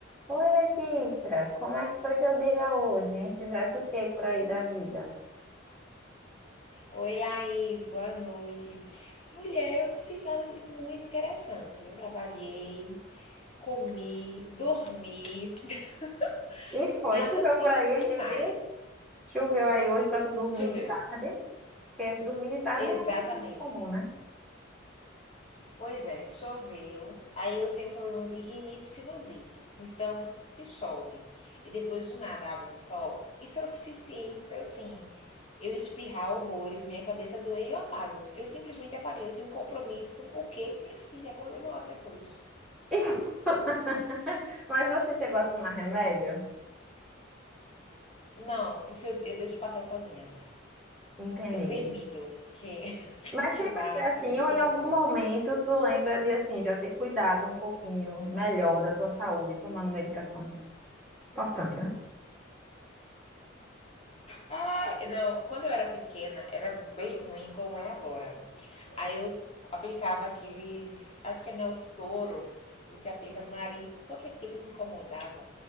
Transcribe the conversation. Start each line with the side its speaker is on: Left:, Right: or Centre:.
Centre: Oi, Letícia, como é que foi teu dia hoje, hein? Fizesse o que por aí da vida?
Left: Oi, Laís, boa noite. Mulher, eu não fiz nada de muito interessante. Eu trabalhei, comi, dormi, <laughs>
Centre: E
Left: nada
Centre: foi, choveu
Left: assim
Centre: por aí
Left: demais.
Centre: esses dias? Choveu aí hoje pra tu dormir
Left: Choveu,
Centre: de tarde? Porque dormir de tarde
Left: exatamente.
Centre: não é algo muito comum, né?
Left: Pois é, choveu. Aí eu tenho um problema de rinite e sinusite. Então, se chove e depois do nada abre um sol, isso é o suficiente para assim, eu espirrar horrores, minha cabeça doer e eu apago. Eu simplesmente apaguei, eu tinha um compromisso. O quê? Minha filha, acordei uma hora depois.
Centre: <laughs> Mas você chegou a tomar remédio?
Left: Não, porque eu, eu deixo passar sozinha.
Centre: Entendi.
Left: Eu permito que, <laughs>
Centre: Mas
Left: que
Centre: sempre
Left: vá,
Centre: foi assim,
Left: entendeu? Se
Centre: ou
Left: curando.
Centre: em algum momento tu lembra de assim, já ter cuidado um pouquinho melhor da tua saúde, tomando medicações. Importante, né?
Left: Ah, não, quando eu era pequena, era bem ruim como é agora. Aí eu aplicava aqueles, acho que é Nelsoro, que você aplica no nariz, só que aquilo me incomodava,